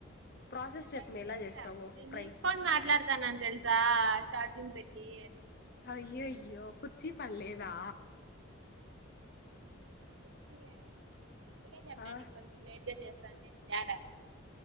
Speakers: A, on the left (about 50°); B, on the right (about 60°).
A: ప్రాసెస్ చెప్పు
B: వచ్చేసా
A: మే ఎలా చేస్తావో
B: నేను
A: ఫ్రై
B: నిల్చకొన్ మాట్లాడతాన తెల్సా చార్జింగ్ పెట్టి
A: అయ్యయ్యో కుచ్చి పల్లేేదా.
B: కుర్చీ లేదు అందుకే చెప్ప
A: ఆ
B: నీకు కొంచం లేట్ గా చేస్తా. దంకేమైంది యడా.